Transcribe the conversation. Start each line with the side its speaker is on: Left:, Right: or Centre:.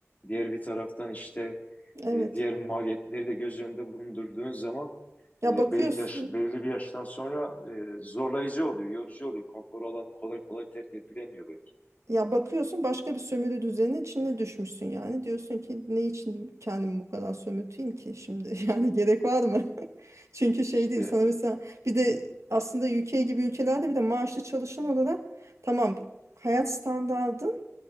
Left: Diğer bir taraftan işte
Right: Evet.
Left: e, diğer maliyetleri de göz önünde bulundurduğun zaman
Right: Ya
Left: e,
Right: bakıyorsun.
Left: be- yaş, belirli bir yaştan sonra e, zorlayıcı oluyor, yorucu oluyor. Konfor alanı kolay kolay terk edilemiyor belki.
Right: Ya bakıyorsun başka bir sömürü düzeninin içine düşmüşsün yani. Diyorsun ki ne için kendimi bu kadar sömürteyim ki şimdi? <laughs> Yani gerek var mı? <laughs> Çünkü şey
Left: İşte
Right: değil. Sana mesela bir de aslında ülke gibi ülkelerde bir de maaşlı çalışan olarak tamam hayat standardın